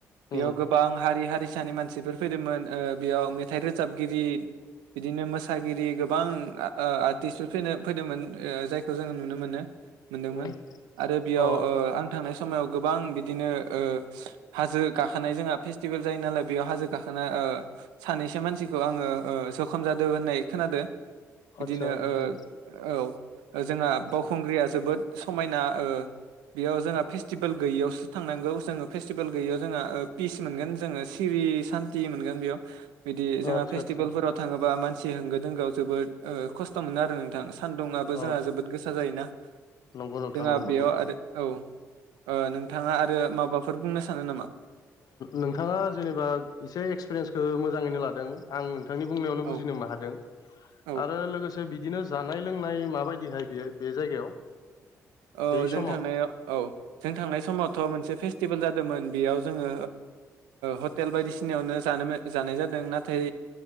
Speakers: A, on the right; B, on the left.
A: बेयाव
B: उम
A: गोबां हारि हारिसानि मानसिफोर फैदोंमोन ओ बेयाव मेथाइ रोजाबगिरि बिदिनो मोसागिरि गोबां आर्टिस्टफोर फैनो फैदोंमोन जायखौ जोङो नुनो मोनो मोनदोंमोन
B: उम
A: आरो बेयाव
B: अ
A: ओ आं थांनाय समाव गोबां बिदिनो ओ हाजो गाखोनाय जोंहा फेस्टिभेल जायो नालाय बेयाव हाजो गाखोना ओ सानैसो मानसिखौ आङो ओ सखाम जादों होननाय खोनादों बिदिनो
B: आदसा उम
A: ओ औ जोंहा
B: उम
A: बावखुंग्रिया जोबोद समायना बेयाव जोंहा फेस्टिभेल गैयियावसो थांनांगौ जोङो फ फेस्टिभेल गैयैयाव जोंहा पिस मोनगोन जोङो सिरि सान्थि मोनगोन बेयाव बिदि जोंहा
B: आदसा
A: फेस्टिभेलफोराव
B: आदसा
A: थाङोबा मानसि होंगो दोंगोआव जोबोद खस्थ' मोनो आरो नोंथां सानदुंआबो
B: अ
A: जोंहा जोबोद गोसा जायोना
B: नंगौ नोंथां
A: जोंहा
B: नंगौ
A: बेयाव
B: नंगौ
A: आरो औ नोंथाङा आरो माबाफोर बुंनो सानो नामा
B: नोंथाङा जेनेबा एसे एक्सपिरियेन्सखौ मोजाङैनो लादों आं थांनि बुंनायावनो
A: औ
B: बुजिनोबो हादों
A: औ
B: आरो लोगोसे बिदिनो जानाय लोंनाय माबायदिहाय बेयो बे जायगायाव
A: औ
B: बै
A: जों
B: समाव
A: थांनायाव औ जों थांनाय समावथ' मोनसे फेस्टि फेस्टिभेल जादोंमोन बेयाव जोङो हटेल बायदिसिनायावनो जानो जानाय जादों नाथाय